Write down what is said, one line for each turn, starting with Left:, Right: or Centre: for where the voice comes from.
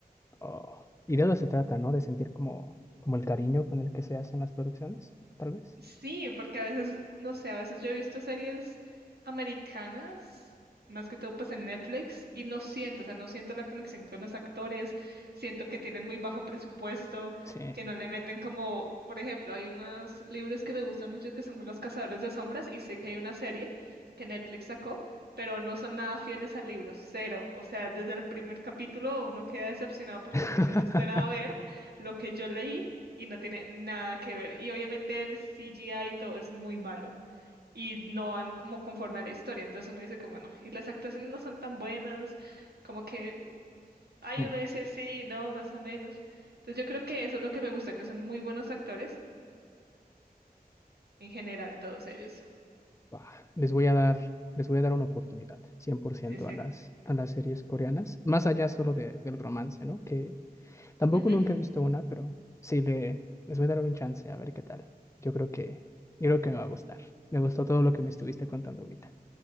Left: Oh, Y de eso se trata, ¿no? De sentir como, como el cariño con el que se hacen las producciones, tal vez.
Right: Sí, porque a veces, no sé, a veces yo he visto series americanas, más que todo pues en Netflix, y no siento, o sea, no siento la conexión con los actores, siento que tienen muy bajo presupuesto,
Left: Sí.
Right: que no le meten como, por ejemplo, hay unos libros que me gustan mucho que son Los Cazadores de Sombras, y sé que hay una serie que Netflix sacó, pero no son nada fieles al libro, cero. O sea, desde el primer capítulo uno queda decepcionado porque
Left: <laughs>
Right: uno dice, yo esperaba ver lo que yo leí y no tiene nada que ver. Y obviamente el CGI y todo es muy malo y no van como conforme a la historia. Entonces uno dice como, bueno, y las actuaciones no son tan buenas, como que, mm, ay,
Left: No,
Right: uno dice sí, no, más o menos. Entonces yo creo que eso es lo que me gusta, que son muy buenos actores en general, todos ellos.
Left: bah, les voy a dar, les voy a dar una oportunidad, cien por ciento,
Right: Sí, sí.
Left: a las, a las series coreanas, más allá solo de- del romance, ¿no? Que Tampoco
Right: Ujú.
Left: nunca he visto una, pero sí le, les voy a dar un chance a ver qué tal. Yo creo que, yo creo que me va a gustar. Me gustó todo lo que me estuviste contando ahorita.